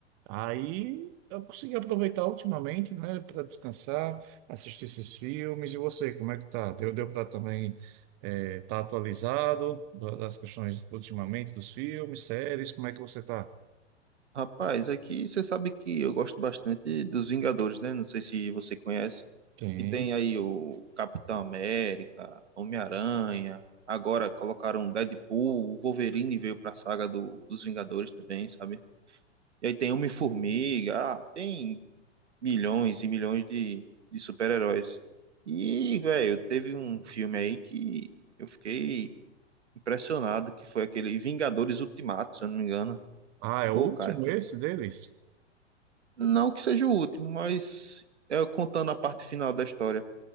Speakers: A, on the right; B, on the right.
A: Aí eu consegui aproveitar ultimamente, né, para descansar, assistir esses filmes. E você, como é que tá? Deu, deu para também é, tá atualizado da- das questões ultimamente dos filmes, séries? Como é que você tá?
B: Rapaz, aqui você sabe que eu gosto bastante dos Vingadores, né? Não sei se você conhece.
A: Tem.
B: que tem aí o Capitão América, Homem-Aranha. Agora colocaram Deadpool, o Wolverine veio pra saga do, dos Vingadores também, sabe? E aí tem Homem-Formiga, ah, tem milhões e milhões de, de super-heróis. E, velho, teve um filme aí que eu fiquei impressionado, que foi aquele Vingadores Ultimato, se eu não me engano.
A: Ah, é
B: Pô,
A: o último
B: cara, que
A: esse deles?
B: não que seja o último, mas é contando a parte final da história.